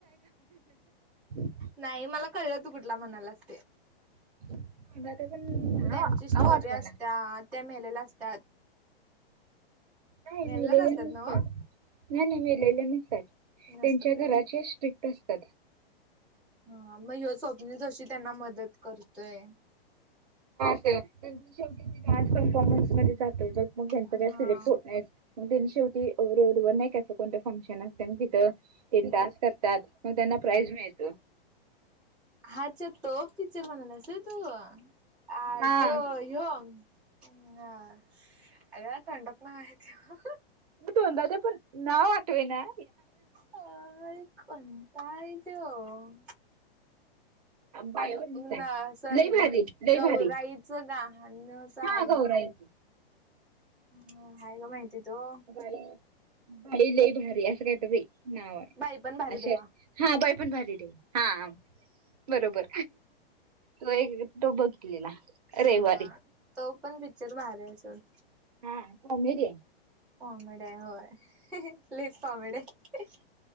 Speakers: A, on the right; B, in the centre.
A: <unintelligible>
B: नाही मला कळलं तू कुठला म्हणायल्यास ते.
A: <unintelligible> ते पण नाव
B: त्यांची स्टोरी
A: आठवेना
B: असत्या त्या मेलेल्या असतात.
A: नाही
B: मेलेल्याच
A: मेलेल्या
B: असतात
A: नसतात
B: ना
A: नाही नाही मेलेले नसतात.
B: नसत
A: त्यांच्या
B: काय?
A: घराचे स्ट्रिक्ट असतात
B: हा मग हा स्वप्निल जोशी त्यांना मदत करतोय.
A: शेवटी ते डान्स परफॉर्मन्स मध्ये जातो मग त्यांच
B: हा
A: काय सिलेक्ट होत नाही. मग त्यांनी शेवटीवर नाही क असं कोणतं फंक्शन असते मग तिथं ते डान्स करतात मग त्यांना प्राईज मिळतो.
B: हा अछा तो पिक्चर म्हणाल्यास होय तू अ
A: हां
B: तो ह्यो अ अगं तोंडात आहे तो.
A: तोंडात आहे पण नाव आठवना.
B: काय कंटाळा येतो
A: बायवलीच आहे.
B: ना सण
A: लई भारी लई
B: गौराईचं
A: भारी
B: गाहणं आहे
A: हां गौराईच.
B: ना हम हाय ग बाई तिथं.
A: बाई लय भारी असं काहीतरी नाव आहे
B: बाई पण भारी
A: अश
B: देवा
A: हा बाई पण भारी देवा हा बरोबर त एक तो बघितलेला
B: हा
A: रविवारी
B: तो पण पिक्चर भारी आहे सोड.
A: हा कॉमेडी आहे.
B: कॉमेडी आहे होय लय कॉमेडी आहे.